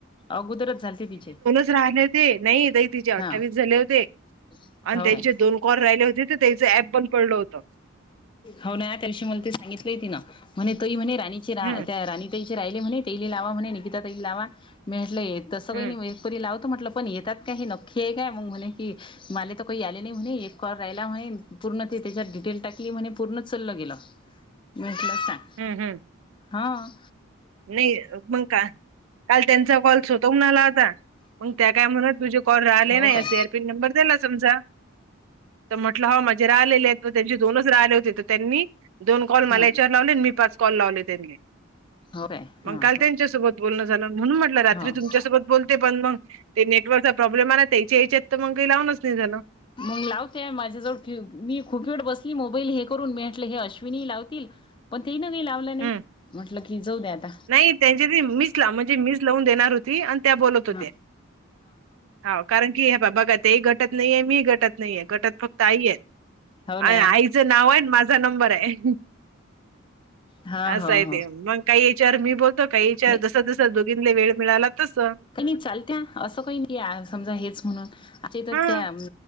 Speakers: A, on the left; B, on the right.
A: अगोदरचं झालेते तिचे.
B: ज राहले ते नाही तिचे अठ्ठावीस
A: हा
B: झाले होते
A: हो
B: आणि त्यांचे
A: काय
B: दोन कॉल राहिले होते ते त्याचं ऍप बंद पडलं होत
A: हो ना त्यालशी म्हणते सांगितलंय तिनं म्हणे तोही म्हणे राणीची रा
B: हम्म
A: त्या राणी त्यांचे राहिले म्हणे ते ले लावा म्हणे निकिता ताई लावा मी म्हेटलंय तसं
B: हम्म
A: काही नाही वे तरी लावतो म्हटलं पण येतात का हे नक्की आहे काय मंग म्हणे की मला तर काही आले नाही म्हणे एक कॉल राहिला म्हणे पूर्ण ते त्याच्यात डिटेल टाकली म्हणे पूर्ण चललं गेलं. म्हटलं सांग
B: हम्म हम्म.
A: हां.
B: नाही पण का काल त्यांचा कॉल स्वतःहून आला होता मंग त्या काय म्हणत तुझे कॉल राहिले नाही
A: हो काय
B: असे एअरपीन नंबर दिला समजा तर म्हटलं हो माझे राहिलेले त्यांचे दोनच राहिले होते तर त्यांनी दोन कॉल मला
A: हां
B: याच्यावर लावले आणि मी पाच कॉल लावले त्यांले.
A: हो काय
B: मंग
A: हां
B: काल त्यांच्यासोबत बोलणं झालं म्हणून म्हटलं रात्री
A: हो
B: तुमच्यासोबत बोलते पण मग ते नेटवर्कचा प्रॉब्लेम आला त्या याच्या याच्यात तर मग काही लावूनच नाही झालं.
A: मग लावतेय माझ्याजवळ मी खूप वेळ बसली मोबाईल हे करून मी म्हटलं हे अश्विनी लावतील पण तेनव्ह लावलं नाही
B: हम्म
A: म्हटलं की जाऊदे या आता.
B: नाही त्यांची त मीच ला म्हणजे मीच लावून देणार होती आणि त्या बोलत होत्या
A: हा
B: हा कारण की हे बा बघा ते घटत नाहीये मी घटत नाहीये गटत फक्त आई हे.
A: हो ना
B: अ आईचं नाव आहे माझा नंबर हे
A: हा
B: असं
A: हो
B: आहे
A: हो
B: ते मग काही या चार मी बोलतो काही विचार
A: नाही
B: जस जस दोघींले वेळ मिळाला तस.
A: का मी चालत्या असं काही नाही समजा हेच म्हणून आता तर
B: हां
A: त्या